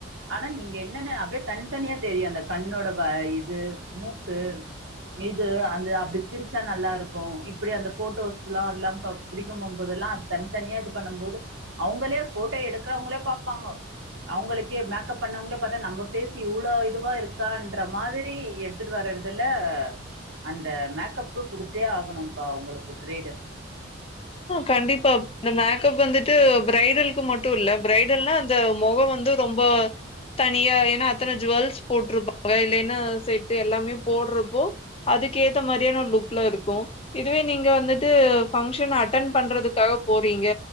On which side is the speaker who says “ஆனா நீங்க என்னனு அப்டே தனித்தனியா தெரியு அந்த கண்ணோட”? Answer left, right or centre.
Right